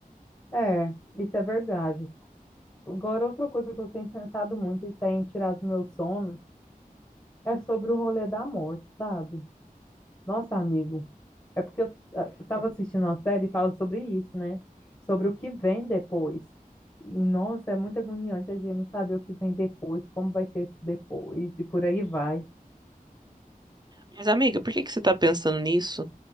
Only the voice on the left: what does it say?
É, isso é verdade. Agora, outra coisa que eu tenho pensado muito e tem tirado meu sono é sobre o rolê da morte, sabe? Nossa, amigo, é porque eu estava assistindo uma série e fala sobre isso, né? Sobre o que vem depois. E, nossa, é muito agoniante a gente não saber o que vem depois, como vai ser esse depois e por aí vai.